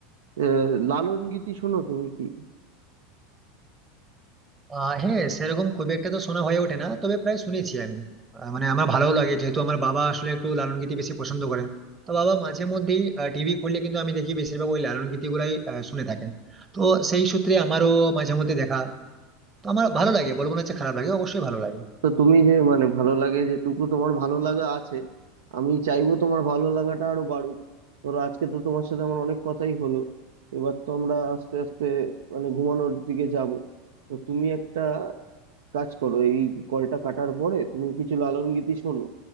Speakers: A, on the right (about 70°); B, on the right (about 25°).
A: আহ লালন গীতি শোনো তুমি কি
B: আহ হ্যাঁ সেরকম খুব একটা তো শোনা হয়ে ওঠে না তবে প্রায় শুনেছি আমি আহ, মানে আমার ভালো লাগে যেহেতু আমার বাবা আসলে একটু লালন গীতি বেশি পছন্দ করেন তো বাবা মাঝে মধ্যেই টিভি খুললে কিন্তু আমি দেখি বেশিরভাগ ওই লালন গীতি গুলাই আহ, শুনে থাকেন তো সেই সূত্রে আমারও মাঝে মধ্যে দেখা তো আমার ভালো লাগে বলবো না যে খারাপ লাগে অবশ্যই ভালো লাগে
A: তো তুমি যে মানে ভালো লাগে যেটুকু তোমার ভালো লাগা আছে আমি চাইবো তোমার ভালো লাগাটা আরো বাড়ুক ধরো আজকে তো তোমার সাথে আমার অনেক কথাই হলো এবার তো আমরা আস্তে আস্তে মানে ঘুমানোর দিকে যাব তো তুমি একটা কাজ করো এই কলটা কাটার পরে তুমি কিছু লালন গীতি শোনো